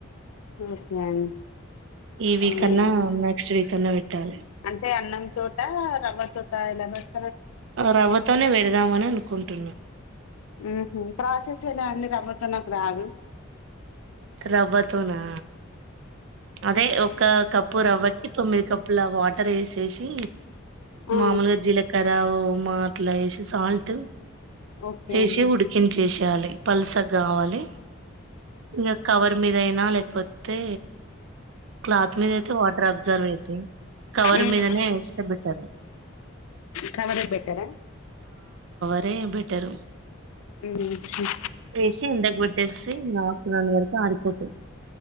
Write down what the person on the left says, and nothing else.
ఓకే అండి
ఉమ్.
అంటే అన్నం తోట రవ్వ తోట ఎలా పెట్
మ్ హ్ ప్రాసెస్ ఎలా అండి రవ్వతో నాకు రాదు.
ఆ
ఓకే
అండి
ఉమ్
కవరే బెటరా?
మ్